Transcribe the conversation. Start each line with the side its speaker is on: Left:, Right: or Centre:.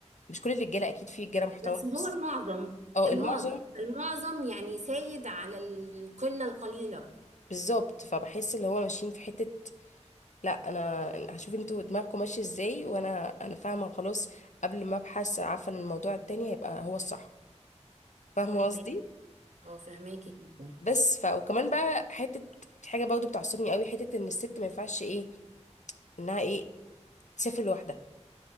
Left: مش كل الرجاله اكيد في رجاله محترمه
Right: بس هو
Left: بس
Right: المعظم
Left: اه
Right: المعظم
Left: المعظم
Right: المعظم يعني سايد على القله القليله
Left: بالظبط فبحس اللي هو ماشيين في حته لا انا هشوف انتوا دماغكم ماشيه ازاي وانا انا فاهمه خلاص قبل ما ابحث عارفه ان الموضوع التاني هيبقى هو الصح فاهمه
Right: فاهمه
Left: قصدي
Right: اه فهماكي جدا
Left: بس ف وكمان بقى حته في حاجه برضه بتعصبني قوي حته ان الست ما ينفعش ايه انها ايه تسافر لوحدها